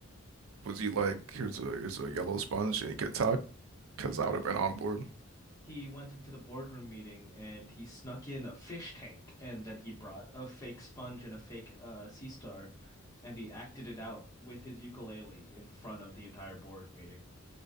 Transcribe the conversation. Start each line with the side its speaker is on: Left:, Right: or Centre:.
Right: Was he like, here's a here's a yellow sponge and he could talk? Because I
Left: Um,
Right: would have been on board.
Left: he went into the boardroom meeting and he snuck in a fish tank, and then he brought a fake sponge and a fake uh, sea star, and he acted it out with his ukulele in front of the entire board meeting